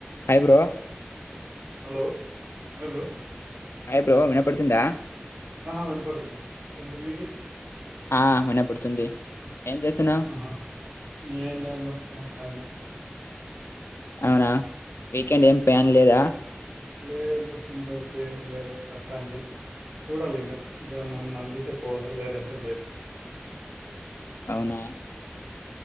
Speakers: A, on the left (about 90°); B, on the right (about 80°).
A: Hi bro
B: hello hello bro
A: hi bro వినపడుతుందా
B: ఆ వినపడుతుంది ఇప్పుడు మీకీ
A: ఆ వినపడుతుంది ఏం చేస్తున్నావు
B: ఆహా ఏం లేదు బ్రో <unintelligible>
A: అవునా వీకెండ్ ఏం ప్లాన్
B: ఆ
A: లేదా
B: లే గురు ఇంత ఏమి లేదు ప్రస్తుతానికి చూడాలి ఇంకా ఇక్కడ నేమ అనిపిస్తే పోవాల లేదంటే లేద్
A: అవునా